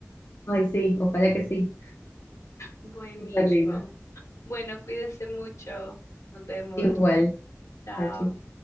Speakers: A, on the left; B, on the left.
A: Ay, sí, ojalá que sí.
B: Buenísimo.
A: Súper lindo.
B: Bueno, cuídese mucho. Nos vemos.
A: Igual,
B: Chao.
A: chao, chis.